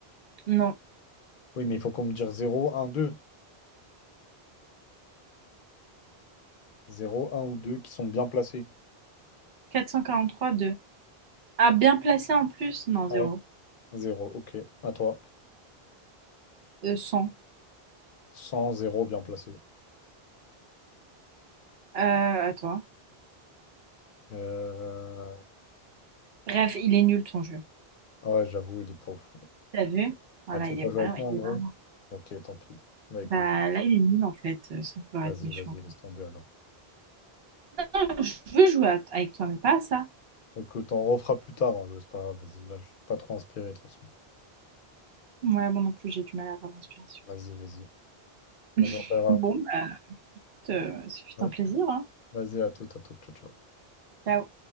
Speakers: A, on the right (about 70°); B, on the left (about 60°).
A: Non.
B: Oui, mais il faut qu'on me dise zéro, un, deux, zéro, un ou 2 qui sont bien placés.
A: quatre cent quarante trois deux Ah, bien placé en plus. Non, 0.
B: Ouais. 0, ok, à toi.
A: cent
B: Cent zéro bien placé.
A: Euh, à toi.
B: Euh,
A: Bref, il est nul ton jeu.
B: Ouais, j'avoue, il est pas fou.
A: T'as vu? Voilà,
B: Ah, tu
A: il
B: veux pas
A: est pas.
B: jouer avec
A: ouais,
B: moi
A: il
B: en gros?
A: est là.
B: Ok, tant pis. Bah écoute,
A: Bah, là, il est nul en fait, euh, sans vouloir
B: vas-y,
A: être méchante.
B: vas-y, laisse tomber alors.
A: Non, je veux jouer à- avec toi, mais pas à ça.
B: Ok, t'en refera plus tard, hein, je c'est pas grave, vas-y, là, je suis pas trop inspiré de toute façon.
A: Ouais, moi non plus, j'ai du mal à avoir l'inspiration.
B: Vas-y, vas-y,
A: <laughs>
B: on se rappellera.
A: Bon, bah, écoute, euh, ce fut
B: Ouais.
A: un plaisir, hein.
B: Vas-y, à tout, à tout, ciao, ciao.
A: Ciao.